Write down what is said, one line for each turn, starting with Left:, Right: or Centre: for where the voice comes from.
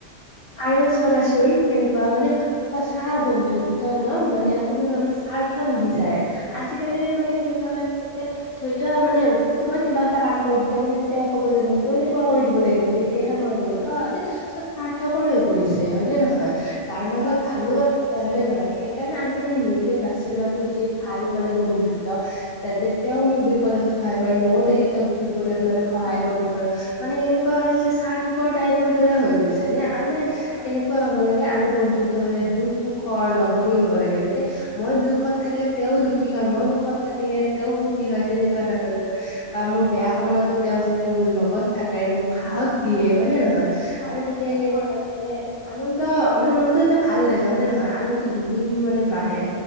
Left: আৰু চাবাচোন, কেনেকুৱা মানে সঁচা বন্ধুত্বই ন, মানে কোনো ধৰণৰ স্বাৰ্থ নিবিচাৰে। আজিকালিৰ মানে কেনেকুৱা হয়, যে ধৰি লোৱা মানে। তোমাক কিবা এটা কাম কৰি দিলে মানে তেওঁ কব যে মোকো এনেকুৱা কৰি দিব লাগিব তেতিয়াহে মই কৰিম আচলতে
Right: হয়
Left: চব স্বাৰ্থপৰ হৈ পৰিছে হয় নে নহয়? তাৰ মাজত
Right: হয় হয়
Left: ভালো আ এ হয় নে নহয়? সেইকাৰণে আমি মানে নিজে বাছি লোৱাটো উচিত
Right: হয়
Left: ভাল মানে বন্ধুত্ব৷ যাতে তেওঁ মোক বিপদত সহায় কৰে, মইও তেখেতক বিপদত মানে সহায়
Right: হয়
Left: কৰিব পাৰোঁ মানে কেনেকুৱা হৈছে, স্বাৰ্থপৰ টাইপৰ দৰে হৈ গৈছে হয়নে? আৰু মানে
Right: হয়
Left: কেনে এনেকুৱা হ'ব লাগে, আমি বন্ধুত্ব হলে দুখ সুখৰ লগৰী হ'ব লাগে, যাতে মই দুখত থাকিলে, তেওঁ দুখী হয় মই সুখত থাকিলে তেওঁ সুখী হয়, তেনেকুৱা ধৰণৰ বা মোৰ বেয়া
Right: হয়
Left: সময়তো তেওঁ যাতে মোৰ লগত থাকে, মোক সাহস
Right: থাকে
Left: দিয়ে, হয় নে নহয়
Right: সাহস
Left: আৰু তেতিয়া
Right: দিয়া
Left: কেনে
Right: হয়
Left: হয় মানে আনন্দ, মানে মনটো এটা ভাল লাগে, হয় নে নহয়? আনন্দ দুগুণ মানে বাঢ়ে।